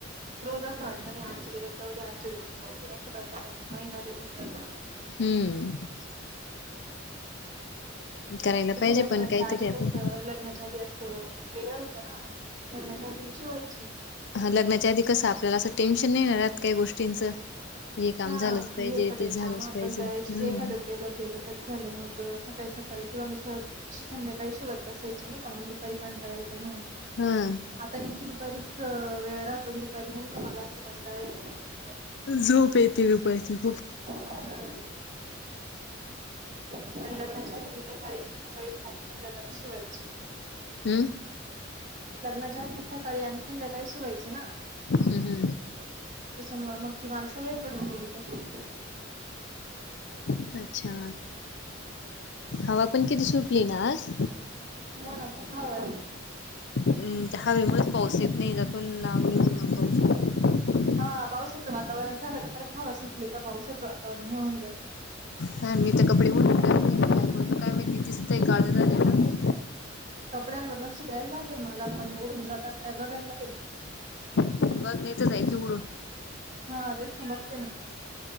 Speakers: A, on the right; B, on the left.
A: रोज असं वाटतं नही आजच्या दिवस जाऊ दया, आजच्या दिवस जाऊ ते असं करता करता महिना निगुन जातो.
B: हम्म करायला
A: तसं
B: पाहिजे
A: लग्नाच्या
B: पण काहीतरी
A: आधी
B: आपण
A: कसं, लग्नाच्या आधी असं. वेगळं होतं ना, लग्नाच्या आदि मी शिवायची.
B: हां लग्नाच्या आधी कसं आपल्याला असं टेन्शन नही ना राहत काही गोष्टींचं. हे काम
A: हां
B: झालंच पाहिजे
A: हे सगळे
B: ते झालंच
A: कामं आपण
B: पाहिजे
A: करायची,
B: हम्म
A: जे एखादं केलं केलं बस झालं मग, सकाळी-सकाळी किंवा मी सहज संध्याकाळी शीवत बसायची, नही का मला दुपारी कंटाळ येतो म्हणून
B: हम्म.
A: आता नेमकी दुपारीच वेळ राहतो, दुपारी नेमका मला असं कंटाळा येऊन जातो, दुपारी.
B: झोप येते दुपारची खूप.
A: हं. आणि लग्नाच्या आधी मी काय करायची सकाळीच आणि संध्याकाळीच शिवायची.
B: हम्म.
A: लग्नाच्या आदी मी सकाळी आणि संध्याकाळीच शिवायची ना.
B: हम् हम्.
A: त्याच्यामुळं मग ती माला ती सवय पडून गेली तशी.
B: अच्छा, हवा पण किती सुटली ना आज?
A: हो ना खूप हवा ये.
B: हम हवेमुळेच पाऊस येत नाही, जातून लांब निगुन मं पाऊस.
A: हां पावसाचं वातावरण झालं का, परत हवा सुटली का, पावसाचं वातावरण हे होऊन जातं.
B: हां मी तर कपडे <unintelligible> काय करतो काय माहिती दिसतं काळ झाल ना.
A: कपड्यांवर लक्ष द्यायला लागेल मला पण. ओडून जातात काय बघायला लागेल.
B: बघ नाही त जायची उडून.
A: हा तेना. बघतेना.